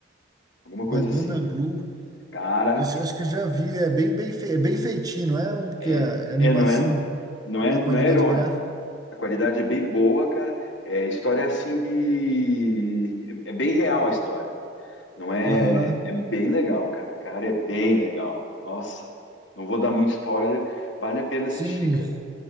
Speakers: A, on the left (about 70°); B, on the right (about 20°).
A: alguma coisa
B: Banana
A: assim.
B: Blue,
A: Cara,
B: eu acho acho que eu já vi, é bem, bem, fei- é bem feitinho, não é um que
A: é...
B: a animação,
A: é- não é... Não é...
B: a qualidade
A: não é herói.
B: gráfica.
A: A qualidade é bem boa, cara. É, a história é assim de... de- É bem real a história. Não é,
B: Aham,
A: é bem legal, cara. Cara, é bem legal. Nossa, não vou dar muito spoiler. Vale a pena assistir,
B: Sim,
A: cara.